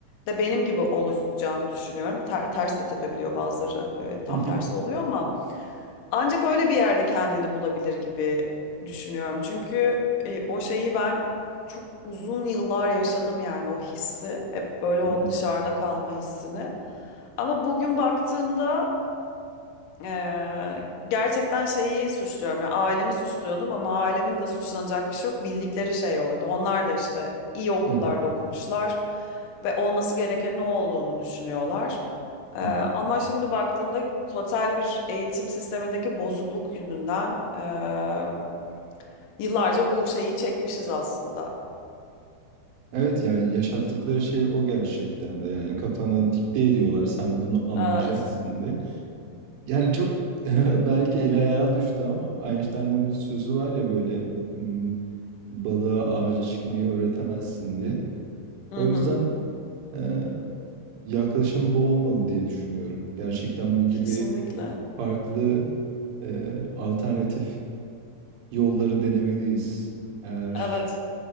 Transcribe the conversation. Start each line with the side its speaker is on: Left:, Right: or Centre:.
Left: de benim gibi olacağını düşünüyorum. Ter- ters de tepebiliyor bazıları e,
Right: <laughs>
Left: tam tersi oluyor ama. Ancak öyle bir yerde kendini bulabilir gibi düşünüyorum. Çünkü e, o şeyi ben çok uzun yıllar yaşadım yani o hissi. Hep böyle o
Right: Hı hı.
Left: dışarıda kalma hissini. Ama bugün baktığımda Eee, gerçekten şeyi suçluyorum. Yani ailemi suçluyordum ama ailemin de suçlanacak bir şey yok. Bildikleri şey oydu. Onlar da işte iyi okullarda
Right: Hı hı. Hı hı.
Left: okumuşlar ve olması gereken ne olduğunu düşünüyorlar. Eee,
Right: Hı hı.
Left: ama şimdi baktığımda total bir eğitim sistemindeki bozukluk yüzünden eee, yıllarca bu şeyi çekmişiz aslında.
Right: Evet ya yaşattıkları şey o gerçekten de yani kafana dikte ediyorlar sen bunu anlayacaksın
Left: Evet.
Right: diye. Yani çok <laughs> belki el ayağa düştü ama Einstein'ın bir sözü var ya böyle "M, balığa ağaca çıkmayı öğretemezsin diye.
Left: Hı
Right: O
Left: hı.
Right: yüzden e, yaklaşım bu olmalı diye düşünüyorum. Gerçekten bu gibi
Left: Kesinlikle.
Right: farklı e, alternatif yolları denemeliyiz. Eğer
Left: Evet.